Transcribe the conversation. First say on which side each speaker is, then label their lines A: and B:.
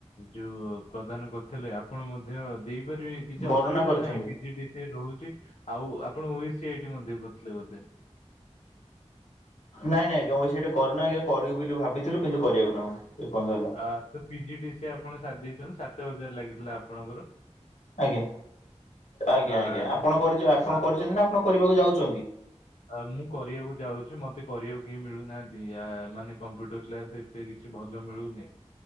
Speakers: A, on the left (about 70°); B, on the left (about 90°).
A: ଯୋଉ ପ୍ରଦାନ କରିଥିଲେ, ଆପଣ ମଧ୍ୟ ଦେଇପାରିବେ କିଛି
B: ବର୍ଣ୍ଣନା
A: ଅସୁବିଧା
B: କରିଛନ୍ତି।
A: ନାହିଁ P G D C A ରହୁଛି, ଆଉ ଆପଣ ଓ ସି ଆଇ ଟି ମଧ୍ୟ କରିଥିଲେ ବୋଧେ?
B: ନାଇଁ ନାଇଁ ଆଜ୍ଞା ଓ ଏ ସି ଟି କରୁନା ଆଜ୍ଞା କରିବି ବୋଲି ଭାବଥିଲୁ କିନ୍ତୁ କରିବାଉ ନାହୁଁ, ଏ ପର୍ୟ୍ୟନ୍ତ ହେଲା।
A: ଆ ତ P G D C A ଆପଣ ସାରି ଦେଇଛନ୍ତି, ସାତ ହଜାର ଲାଗିଥିଲା ଆପଣଙ୍କର।
B: ଆଜ୍ଞା, ଆଜ୍ଞା
A: ଆ
B: ଆଜ୍ଞା
A: ସାତ-
B: ଆପଣ କରି ଆପଣ
A: ଆ
B: କରିଛନ୍ତି ନା ଆପଣ କରିବାକୁ ଯାଉଛନ୍ତି?
A: ଆ ମୁଁ କରିବାକୁ ଯାଉଛି, ମତେ କରିବାକୁ କେହି ମିଳୁନାହାନ୍ତି ଆ ମାନେ କମ୍ପ୍ୟୁଟର କ୍ଲାସ ଏତେ କିଛି ଭଲ ମିଳୁନି।